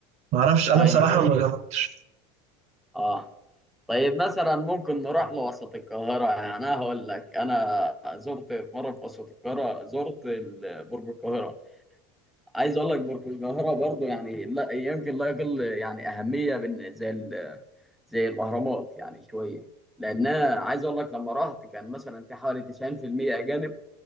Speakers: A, on the right (about 40°); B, in the centre.
A: ما اعرفش انا
B: ايوه
A: بصراحة
B: ايوه
A: ما جربتش
B: اه طيب مثلا ممكن نروح لوسط القاهرة يعني أنا هقول لك أنا زرت في مرة في وسط القاهرة زرت ال- برج القاهرة عايز أقول لك برج القاهرة برضو يعني لا يمكن لا يقل يعني أهمية من زي ال- زي الأهرامات يعني شوية لأنها عايز أقول لك لما رحت كان مثلا في حوالي 90% أجانب